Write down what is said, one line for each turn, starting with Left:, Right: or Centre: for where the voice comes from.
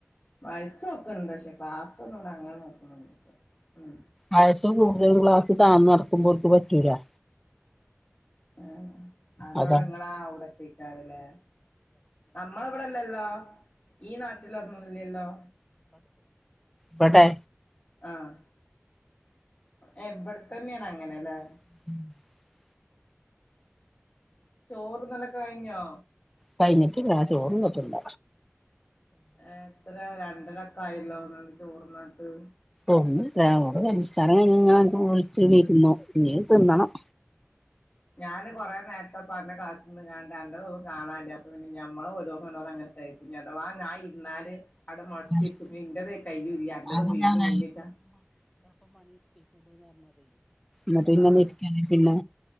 Left: വയസ്സ് നോക്കുന്നുണ്ട് പക്ഷെ ക്ലാസ്സ് ഒന്നും അങ്ങനെ നോക്കുന്നൊന്നില്ല ഉം
Centre: വയസ്സ് കൂടുതൽ ഉള്ളവർക്ക് താഴ്ന്ന് നടക്കുമ്പോർക്ക് പറ്റൂല
Left: അ് അതവ്ടെ
Centre: അതാണ്
Left: ഇങ്ങളെ ആ അവ്ടൊക്കെയ്ക്കാരലെ നമ്മളവിടെല്ലല്ലോ ഈ നാട്ടിൽ ഒന്നുമില്ലല്ലോ
Centre: വടെ
Left: ആഹ് ഏ ഇവിടെത്തന്നെയാണ് അങ്ങനെല്ലേ
Centre: <unintelligible>
Left: ചോറ് തിന്നല് കഴിഞ്ഞോ
Centre: കഴിഞ്ഞിട്ട് ഇല്ല ചോറ് തിന്ന് ട്ടില്ല
Left: എത്ര രണ്ടരൊക്കെ ആയല്ലോ ന്നട്ട് ചോറ് എന്താ തിന്നാത്ത?
Centre: ഒന്നുമല്ല നിസ്‌കാരം കഴിഞ്ഞ് വിളിച്ചിരുന്നു ഇനി തിന്നണം
Left: ഞാൻ കുറെ നേരത്തെ പറഞ്ഞ് കാത്ത്ന്ന്കാണ്ട് അന്നൊന്നും കാണല്ലേ അപ്പൊ പിന്നെ ഞമ്മെ ഓരോന്നോരോന്നായി അങ്ങനെ ഞ്ഞ് അഥവാ ഞാൻ ഇരുന്നാല് അവിടെ മൊടച്ചിരിക്കും
Centre: <unintelligible>
Left: പിന്നെ ഇന്റത് കയ്യൂല്ല അന്റത്
Centre: ങ്ങട്ട്
Left: മുഴുവനും മുന്നിച്ചാ
Centre: പിന്നെ
Left: ആഹ്
Centre: ഒന്ന് ഇര്ക്കാണെങ്കി പിന്നെ